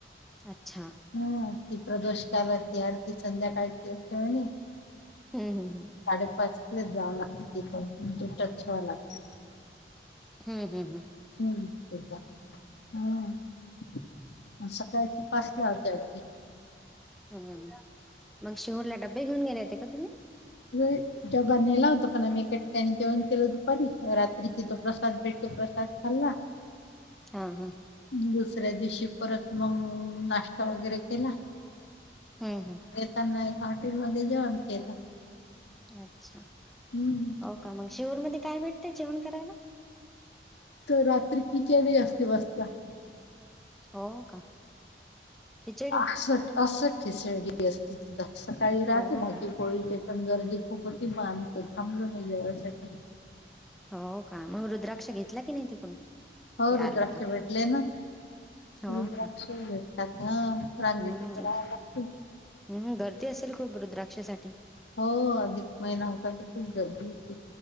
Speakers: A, in the centre; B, on the left.
A: अच्छा.
B: हा ती प्रदोष कालातली आरती, संध्याकाळची असते म्हने.
A: हम्म हम्म
B: साडेपाच लाच जाव लागत तीथ, म्हजे टच व्हाव लागत.
A: हू हू हू.
B: हूम तेचा हां. सकाळची पाच ला होते आरती.
A: हम्म मग शेवटला डब्बे घेऊन गेले होते का तुम्ही?
B: हुहू नेला होता पण आम्ही एका ठिकाणी जेवण केलं दुपारी, रात्री तिथ प्रसाद भेटतो. प्रसाद खाल्ला.
A: हा हा.
B: दुसऱ्या दिवशी परत मग, नाश्ता वगैरे केला
A: हम्म
B: येताना एक हॉटेल मध्ये जेवण केलं.
A: अच्छा
B: हम्म
A: हो का? मग शिऊरमध्ये काय भेटतय जेवण करायला?
B: तर रात्री खिचडी असती बसता.
A: हो का खिचडी?
B: अस आस असते शिर्डी त सकाळी राहत
A: हो
B: भाजी
A: का
B: पोळी देत. पण गर्दी खूप होती, मग आम्ही ते थांबलो नाही जेवायसाठी
A: हो का? मग रुद्राक्ष घेतला की नाही तिकडून.
B: हो
A: की
B: रुद्राक्ष
A: आले तर
B: भेटले ना.
A: हो
B: रुद्राक्ष
A: का
B: भेटतात हा. रांगेत
A: हम्म
B: उभं राहाव लागत.
A: हम्म गर्दी असेल खूप रुद्राक्षासाठी?
B: हो अधिक महिना होता तर खूप गर्दी होती.